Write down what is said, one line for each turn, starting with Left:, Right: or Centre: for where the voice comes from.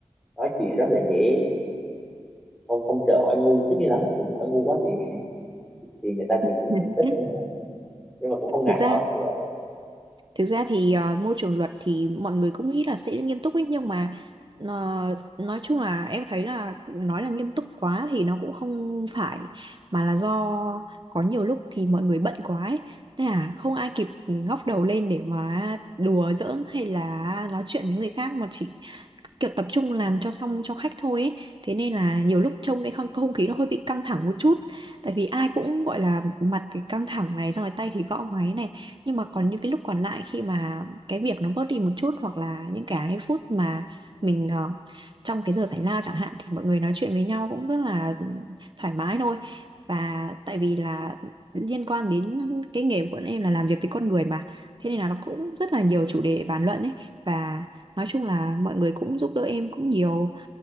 Centre: nói chuyện rất là dễ không không sợ hỏi ngu tất nhiên là cũng hỏi ngu quá thì <laughs> thì người ta cũng
Right: <laughs>
Centre: cũng không thích nhưng mà, nhưng mà cũng không ngại
Right: Thực
Centre: hỏi
Right: ra
Centre: kiểu vậy
Right: Thực ra thì ờ, môi trường luật thì mọi người cũng nghĩ là sẽ nghiêm túc ấy nhưng mà ờ, nói chung là em thấy là nói là nghiêm túc quá thì nó cũng không phải mà là do có nhiều lúc thì mọi người bận quá ấy. Nên là không ai kịp ngóc đầu lên để mà đùa giỡn hay là nói chuyện với người khác mà chỉ kiểu tập trung làm cho xong cho khách thôi ấy. Thế nên là nhiều lúc trông cái không, không khí nó hơi bị căng thẳng một chút tại vì ai cũng gọi là mặt cái căng thẳng này xong rồi tay thì gõ máy này nhưng mà còn những cái lúc còn lại khi mà cái việc nó bớt đi một chút hoặc là những cái phút mà mình ờ, trong cái giờ giải lao chẳng hạn thì mọi người nói chuyện với nhau cũng rất là thoải mái thôi và tại vì là liên quan đến cái nghề của bọn em là làm việc với con người mà thế nên là nó cũng rất là nhiều chủ đề bàn luận ấy và nói chung là mọi người cũng giúp đỡ em cũng nhiều